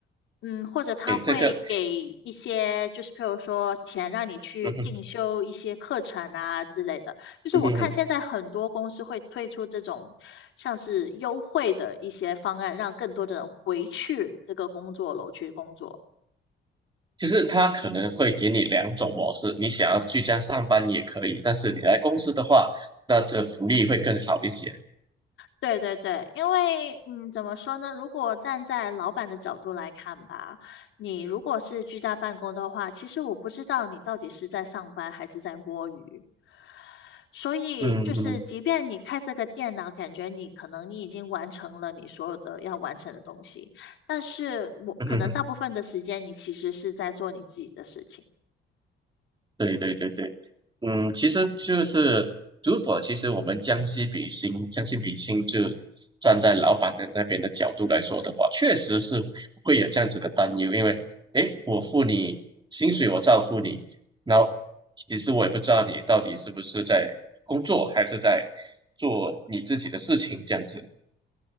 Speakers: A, on the left (about 75°); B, on the right (about 20°).
A: 嗯，或者他会给一些就是譬如说钱让你去进修一些课程啊之类的，
B: 诶，这个，嗯哼，
A: 就是我看现在很多公司会推出这种像是优惠的一些方案，
B: 嗯哼。
A: 让更多的人回去这个工作楼去工作。
B: 就是他可能会给你两种模式，你想要居家上班也可以，但是你来公司的话，那这福利会更好一些。
A: 对对对，因为嗯，怎么说呢？如果站在老板的角度来看吧，你如果是居家办公的话，其实我不知道你到底是在上班还是在摸鱼。所以就是，
B: 嗯嗯
A: 即便你开这个电脑，感觉你可能你已经完成了你所有的要完成的东西，但是我可能大部分的时间你其实是在做你自己的事情。
B: 嗯哼。对对对对，嗯，其实就是如果其实我们将心比心，将心比心，就站在老板的那边的角度来说的话，确实是会有这样子的担忧，因为诶，我付你薪水，我照付你，然后其实我也不知道你到底是不是在工作，还是在做你自己的事情这样子。